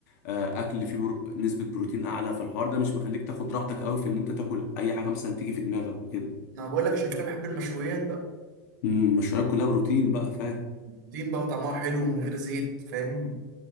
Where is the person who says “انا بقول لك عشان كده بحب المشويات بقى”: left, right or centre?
Right